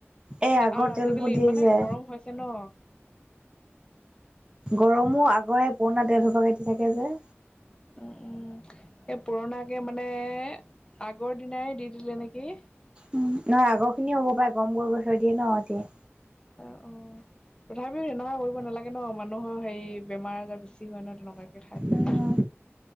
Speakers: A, on the right; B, on the left.
A: এই
B: মানে
A: আগৰ
B: আৰু
A: তেলবোৰ
B: আজিকালি
A: দিয়ে
B: ইমানে
A: যে।
B: গৰম হৈছে ন।
A: গৰমো আগৰে পুৰণা তেল সোপা কে দি থাকে যে।
B: উম উম। এই পুৰণাকে মানে আগৰ দিনাই দি দিলে নেকি।
A: উ নাই আগৰ খিনিও হ'ব পাৰে গম কৈ কৈ থৈ দিয়ে ন এতিয়াই।
B: অ অ তথাপিও তেনেকুৱা কৰিব নালাগে ন মানুহৰ হেই বেমাৰ আজাৰ বেছি। যি হয়নো তেনেকুৱাকে খাই থাকিলে।
A: উম